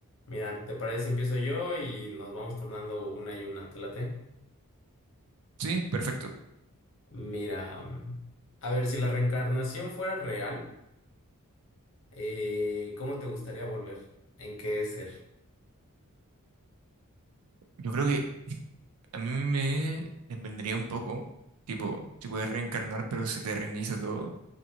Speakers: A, on the left; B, on the right.
A: Mira, ¿te parece si empiezo yo y nos vamos turnando una y una? ¿Te late?
B: Sí, perfecto.
A: Mira, mm, a ver, si la reencarnación fuera real, eh, ¿cómo te gustaría volver? ¿En qué ser?
B: Yo creo que a mí me vendría un poco, tipo, si puedes reencarnar pero se te reinicia todo.